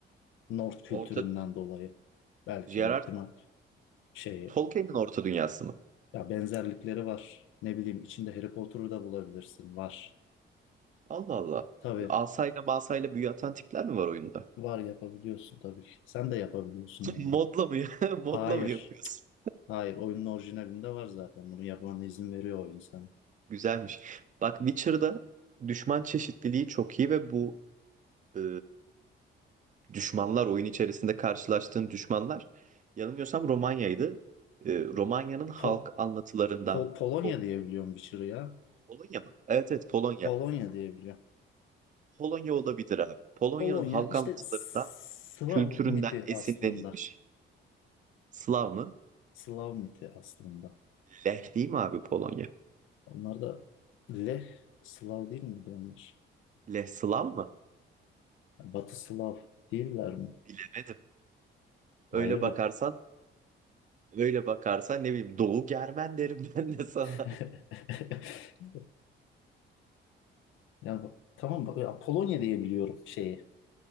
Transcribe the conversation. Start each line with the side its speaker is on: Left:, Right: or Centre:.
Left: North kültüründen
Right: Orta
Left: dolayı belki
Right: J.R.R.
Left: bir ihtimal şeyi.
Right: Tolkien'in Orta Dünyası mı?
Left: Ya benzerlikleri var. Ne bileyim içinde Harry Potter'ı da bulabilirsin. Var.
Right: Allah Allah.
Left: Tabii
Right: Asayla masayla büyü atan tipler mi var oyunda?
Left: var yapabiliyorsun tabii ki. Sen de yapabiliyorsun
Right: <laughs>
Left: yani.
Right: Modla mı? <laughs>
Left: Hayır.
Right: Modla mı yapıyorsun?
Left: Hayır oyunun orijinalinde var zaten. Bunu yapmana izin veriyor oyun sana.
Right: Güzelmiş. Bak Witcher'da düşman çeşitliliği çok iyi ve bu e, düşmanlar oyun içerisinde karşılaştığın düşmanlar yanılmıyorsam Romanya'ydı. E, Romanya'nın halk
Left: Po
Right: anlatılarından
Left: Po- Polonya
Right: Pol-
Left: diyebiliyorum Witcher'ı ya.
Right: Polonya mı? Evet evet Polonya.
Left: Polonya diyebiliyorum.
Right: Polonya olabilir abi. Polonya'nın
Left: Polonya
Right: halk
Left: işte
Right: anlatılarından
Left: Slav
Right: kültüründen
Left: miti
Right: esinlenilmiş.
Left: aslında.
Right: Slav mı?
Left: Slav miti aslında.
Right: Leh değil mi abi Polonya?
Left: Onlar da Leh Slav değil miydi onlar?
Right: Leh Slav mı?
Left: Batı Slav değiller mi?
Right: Bilemedim. Öyle
Left: Ayrı
Right: bakarsan
Left: bir.
Right: öyle bakarsan ne bileyim Doğu Germen derim <laughs> ben de sana.
Left: <laughs> Ya bu- tamam bak, ya Polonya diye biliyorum şeyi